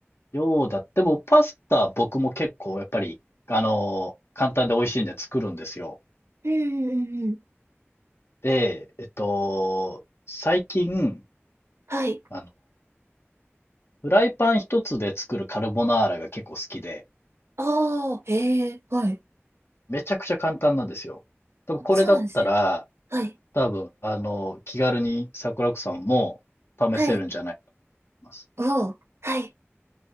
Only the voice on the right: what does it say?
うんうんうんうん。
はい。
ああ、へえ、はい。
あそうなんですね。はい。
はい。うお、はい。